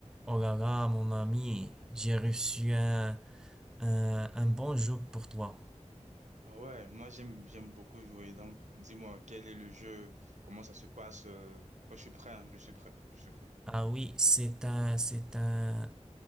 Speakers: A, in the centre; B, on the right.
A: Oh là là, mon ami, j'ai reçu un, un, un bon jeu pour toi.
B: Ah ouais, moi j'aime j'aime beaucoup jouer. Donc, dis-moi, quel est le jeu? Comment ça se passe? euh, moi, je suis prêt, hein, je suis prêt, je suis prêt.
A: Ah oui, c'est un, c'est un